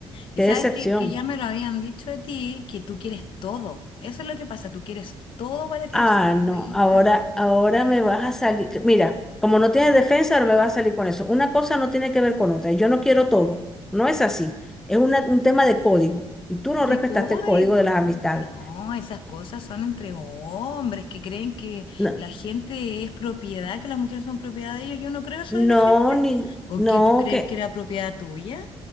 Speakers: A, on the left; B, in the centre.
A: Y
B: qué
A: sabes
B: decepción.
A: que, que ya me lo habían dicho de ti, que tú quieres todo. Eso es lo que pasa, tú quieres todo para ti, eres
B: Ah,
A: súper
B: no,
A: egoísta.
B: ahora, ahora me vas a salir. Mira, como no tienes defensa, ahora me vas a salir con eso. Una cosa no tiene que ver con otra. Yo no quiero todo. No es así. Es una- un tema de código. Y tú no
A: ¿Qué
B: respetaste
A: código?
B: el código de las amistades.
A: No, esas cosas son entre hombres que creen que
B: No,
A: la gente es propiedad, que las mujeres son propiedad de ellos. Yo no creo eso de la
B: No,
A: gente.
B: ni,
A: ¿O
B: no,
A: qué tú crees
B: que,
A: que era propiedad tuya?